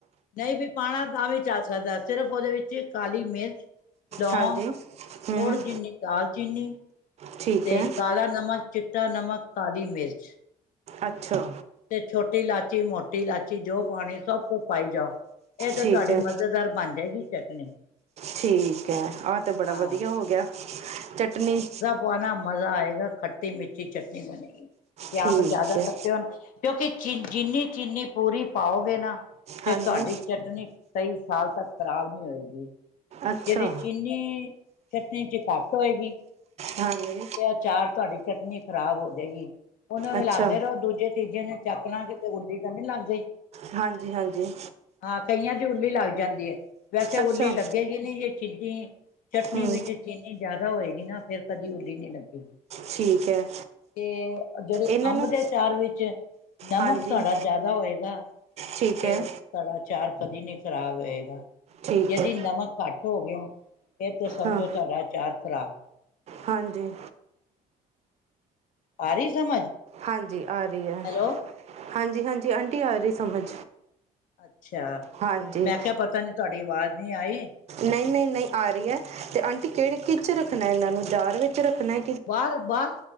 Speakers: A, on the left; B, on the right.
A: ਨਈ ਵੀ ਪਾਨਾ ਤਾਂ ਵੀ ਚੱਲ ਸਕਦਾ ਸਿਰਫ ਓਦੇ ਵਿੱਚ ਕਾਲੀ ਮਿਰਚ ਲੌਗ
B: ਹਾਂਜੀ ਹੂੰ
A: ਥੋੜ ਜਿੰਨੀੇ ਦਾਲਚੀਨੀ
B: ਠੀਕ
A: ਤੇ,
B: ਹੈ
A: ਕਾਲਾ ਨਮਕ, ਚਿੱਟਾ ਨਮਕ, ਕਾਲੀ ਮਿਰਚ।
B: ਅੱਛਾ।
A: ਤੇ ਛੋਟੀ ਲਾਚੀ, ਮੋਟੀ ਲਾਚੀ ਜੋ ਪਾਨੀ ਸਭ ਕੁਛ ਪਾਈ ਜਾਓ। ਏ ਤੇ
B: ਠੀਕ
A: ਤੁਹਾਡੀ
B: ਹੈ
A: ਮਜ਼ੇਦਾਰ ਬਨ ਜਾਏਗੀ ਚਟਨੀ।
B: ਠੀਕ ਐ, ਆ ਤੇ ਬੜਾ
A: ਹਾਂ।
B: ਵਧੀਆ ਹੋਗਿਆ ਚਟਨੀ
A: ਪਾਨਾ ਮਜ਼ਾ ਆਏਗਾ ਖੱਟੀ-ਮਿੱਠੀ ਚਟਨੀ ਬਨੇਗੀ, ਜੇ
B: ਠੀਕ
A: ਆਮ ਜਾਦਾ <unintelligible>
B: ਹੈ
A: ਹੋਨ ਕਿਉਂਕੀ ਚਿ ਜਿੰਨੀ ਚੀਨੀ ਪੂਰੀ ਪਾਓਗੇ ਨਾ ਤੇ
B: ਹਾਂਜੀ
A: ਤੁਹਾਡੀ ਚਟਨੀ ਕਈ ਸਾਲ ਤੱਕ ਖ਼ਰਾਬ ਨੀ ਹੋਏਗੀ, <unintelligible>
B: ਅੱਛਾ
A: ਚੀਨੀ ਚੀਨੀ ਚਟਨੀ ਚ ਘੱਟ ਹੋਏਗੀ
B: ਹਾਂਜੀ।
A: ਤਾਂ ਚਾਰ ਤੁਹਾਡੀ ਚਟਨੀ ਖ਼ਰਾਬ ਹੋ ਜਾਏਗੀ, ਉਨੂੰ
B: ਅੱਛਾ
A: ਹਿਲਾਂਦੇ ਰੋ ਦੂਜੇ ਤੀਜੇ ਦਿਨ ਚੱਕ ਲਾਂਗੇ, ਕਿਤੇ ਉੱਲੀ ਤਾਂ ਨੀ ਲਾਂਦੇ।
B: ਹਾਂਜੀ-ਹਾਂਜੀ।
A: ਹਾਂ, ਕਈਆਂ ਦੀ ਉੱਲੀ ਲੱਗ ਜਾਂਦੀ ਐ। ਵੈਸੇ-
B: ਅੱਛਾ
A: ਉਲੀ ਲੱਗੇਗੀ ਨਹੀਂ, ਜੇ ਚਿਨੀ ਚਟਨੀ
B: ਹੂੰ
A: ਵਿੱਚ ਚਿਨੀ ਜੇ ਜਿਆਦਾ ਹੋਏਗੀ ਨਾਂ, ਫੇਰ ਕਦੀ ਉੱਲੀ ਨੀ ਲੱਗੇਗੀ।
B: ਠੀਕ ਹੈ
A: ਤੇ ਜਿਹੜੇ
B: ਇਹਨਾਂ
A: ਅੰਬ
B: ਨੂੰ
A: ਦੇ ਅਚਾਰ ਵਿੱਚ ਨਮਕ
B: ਹਾਂਜੀ
A: ਤੁਹਾਡਾ ਜ਼ਿਆਦਾ ਹੋਏਗਾ
B: ਠੀਕ
A: ਤੇ
B: ਹੈ
A: ਤਾਗਾ ਅਚਾਰ ਕਦੀ ਨੀ ਖ਼ਰਾਬ ਹੋਏਗਾ,
B: ਠੀਕ
A: ਜਦੀ
B: ਹੈ
A: ਨਮਕ ਘੱਟ ਹੋ ਗਿਆ ਫੇਰ ਤੇ ਸਮਝੋ
B: ਹਾਂ
A: ਤੁਹਾਡਾ ਚਾਰ ਖਰਾਬ
B: ਹਾਂਜੀ।
A: ਆ ਰਹੀ ਸਮਝ।
B: ਹਾਂਜੀ, ਆ ਰਹੀ ਏ।
A: ਹੈਲੋ
B: ਹਾਂਜੀ-ਹਾਂਜੀ ਆਂਟੀ ਆ ਰਹੀ ਸਮਝ।
A: ਅੱਛਾ--ਮੈਂ
B: ਹਾਂਜੀ
A: ਕਿਹਾ-ਪਤਾ ਨੀ ਤੁਹਾਡੀ ਆਵਾਜ਼ ਨੀ ਆਈ।
B: ਨ‌ਈ, ਨ‌ਈ, ਨ‌ਈ ਆ ਰਹੀ ਏ ਤੇ ਆਂਟੀ ਕਿਹੜੇ ਕਿੱਚ ਰੱਖਨਾ। ਇਹਨਾਂ ਨੂੰ ਜਾਰ ਵਿੱਚ ਰੱਖਨਾ
A: ਵਾਰ, ਵਾਰ